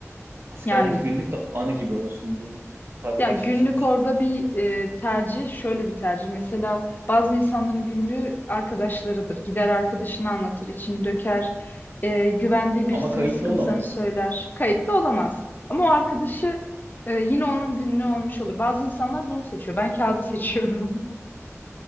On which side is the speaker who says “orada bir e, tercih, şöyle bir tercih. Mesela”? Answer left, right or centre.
Left